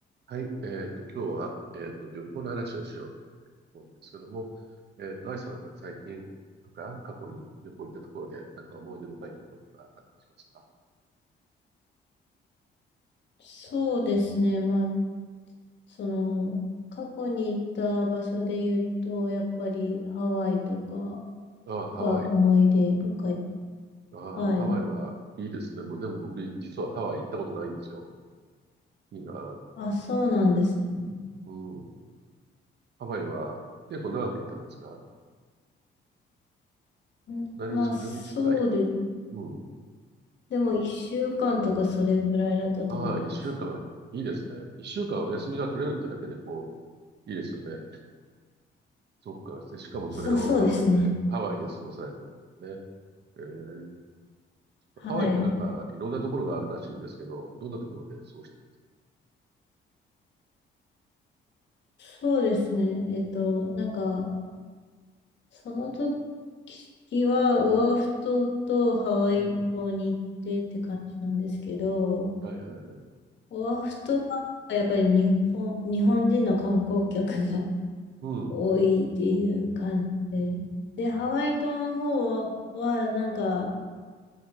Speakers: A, on the right (about 60°); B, on the left (about 65°).
A: はい。えっと、今日は、えっと、旅行の話をしようと思うんですけども、えっと、愛さんは最近とか、過去に旅行行ったところで、なんか思い出深いところとかあったりしますか
B: そうですね。まあ、その、過去に行った場所で言うと、やっぱりハワイとか
A: ああ、ハワイ。
B: が思い出深い。
A: うん。ああ、
B: はい。
A: ハワイはいいですね。ぼでも僕、実はハワイ行ったことないんですよ。いいな。
B: あ、そうなんですね。
A: うん。ハワイは結構長く行ったんですか
B: んまあ、
A: 何日、
B: そうで、
A: 何日ぐらいうん。
B: でも1週間とかそれぐらいだったと思います。
A: ああ、一週間。いいですね。一週間お休みが取れるってだけで、こう、いいですよね。そっか。で、しかもそれをハワイで、
B: そう、そうですね。
A: ハワイで過ごされたんですね。えー、
B: はい。
A: ハワイってなんかいろんなところがあるらしいんですけど、どんなところで過ごしたんですか
B: そうですね。えっと、なんか、その時はオアフ島とハワイ島に行ってって感じなんですけど、
A: うん。うんはいはいはい。
B: オアフ島はやっぱり日本、日本人の観光客が
A: うん。
B: <laughs> 多いっていう感じで。で、ハワイ島の方はなんか、